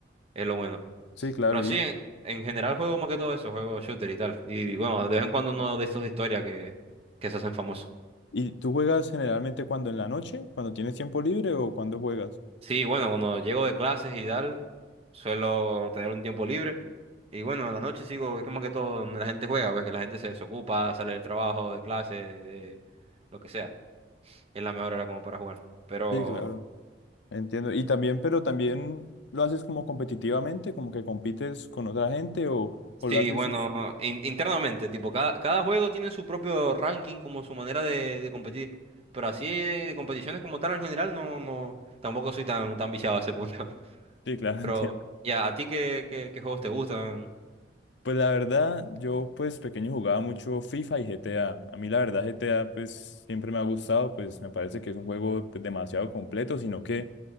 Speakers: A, on the right; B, on the left.
A: es lo bueno.
B: Sí, claro,
A: Pero
B: y,
A: sí, en, en general juego más que todo eso, juego shooter y tal. Y, y bueno, de vez en cuando uno de estos de historia que, que se hacen famosos.
B: ¿y tú juegas generalmente cuando en la noche, cuando tienes tiempo libre o cuando juegas?
A: Sí, bueno, cuando llego de clases y tal, suelo tener un tiempo libre. Y bueno, en la noche sigo, es que más que todo donde la gente juega, pues que la gente se desocupa, sale del trabajo, de clase, de lo que sea. Es la mejor hora como para jugar. Pero...
B: Sí, claro, entiendo. Y también, pero también lo haces como competitivamente, como que compites con otra gente o,
A: Sí,
B: o lo haces...
A: bueno, in- internamente, tipo, cada, cada juego tiene su propio ranking, como su manera de, de competir. Pero así de, de competiciones como tal en general, no, no, tampoco soy tan, tan viciado a ese punto. <laughs>
B: Sí, claro,
A: Pero,
B: <laughs> entiendo.
A: ya, ¿a ti qué, qué, qué juegos te gustan?
B: Pues la verdad, yo pues pequeño jugaba mucho FIFA y GTA. A A mí la verdad GTA pues siempre me ha gustado, pues me parece que es un juego pues, demasiado completo, sino que